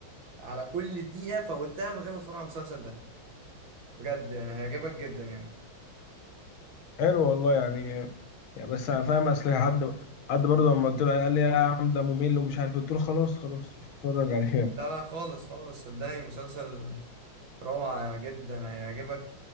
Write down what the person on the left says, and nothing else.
حلو والله يعني يعني بس أنا فاهم أصل حد حد برضه لما قلت له قال لي يا عم ده ممل ومش عارف إيه. قلت له خلاص خلاص مش هتفرج عليه